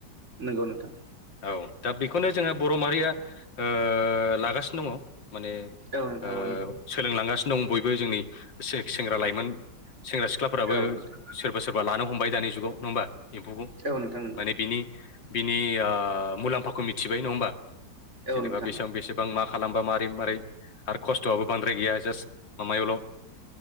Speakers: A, on the right; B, on the left.
A: नंगौ नोंथां
B: औ दा बेखौनो जोंहा बर' माहारिया ओ लागासिनो दङ'। माने ओ
A: औ नोंथां औ नंगौ
B: सोलोंलांगासिनो दं बयबो जोंनि से- सेंग्रा लाइमोन सेंग्रा सिख्लाफोराबो
A: औ नोंथां
B: सोरबा सोरबा लानो हमबाय दानि जुगाव नङा होमबा एम्फौखौ
A: औ नोंथां नंगौ
B: माने बिनि बिनि आ मुलाम्फाखौ मिथिबाय नङा होमबा
A: औ
B: जेनेबा
A: नोंथां
B: बेसेबां बेसेबां मा खालामबा मारै मारै आरो खस्थ'आबो बांद्राय गैया जास्ट माबायावल' ओ